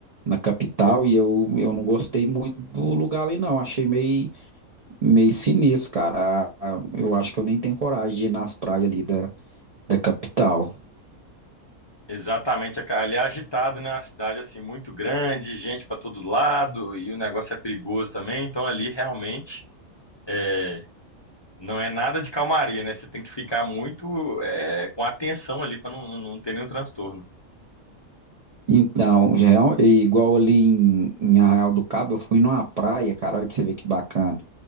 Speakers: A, on the right; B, on the left.
A: Na capital, e eu, eu não gostei muito do lugar ali, não. Achei meio, meio sinistro, cara. A- a- Eu acho que eu nem tenho coragem de ir nas praias ali da, da capital.
B: Exatamente, cara. ali é agitado, né? Uma cidade assim muito grande, gente para todo lado e o negócio é perigoso também. Então ali realmente é, não é nada de calmaria, né? Você tem que ficar muito é, com atenção ali para não, não ter nenhum transtorno.
A: Então, real- igual ali em, em Arraial do Cabo, eu fui numa praia, cara, olha pra você ver que bacana.